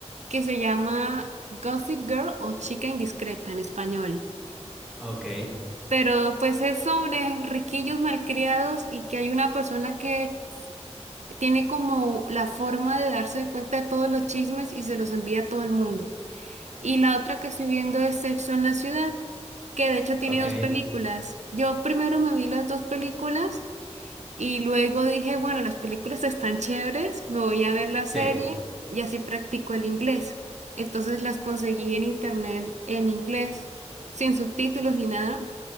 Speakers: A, on the right (about 80°); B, in the centre.
A: que se llama Gossip Girl o Chica Indiscreta en español.
B: Ok,
A: Pero pues es sobre riquillos malcriados y que hay una persona que tiene como la forma de darse cuenta de todos los chismes y se los envía a todo el mundo. Y la otra que estoy viendo es Sexo en la Ciudad, que de hecho tiene
B: ok,
A: dos películas. Yo primero me vi las dos películas. Y luego dije, bueno, las películas están chéveres, me voy a ver la
B: sí.
A: serie y así practico el inglés. Entonces las conseguí en internet en inglés, sin subtítulos ni nada.